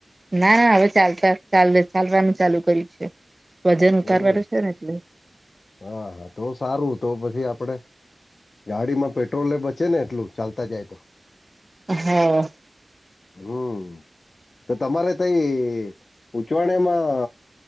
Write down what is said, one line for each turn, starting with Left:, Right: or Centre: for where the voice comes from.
Right: ના ના હવે ચાલતા ચાલ ચાલવાનું ચાલુ કર્યું છે વજન ઉારવાનું
Left: એવું
Right: છે ને એટલે.
Left: હા હા તો સારું તો પછી આપડે ગાડી માં પેટ્રોલને બચે ને એટલું ચાલતા જાય તો.
Right: હા
Left: હમ તો તમારે કઈ ઉંચવાળમાં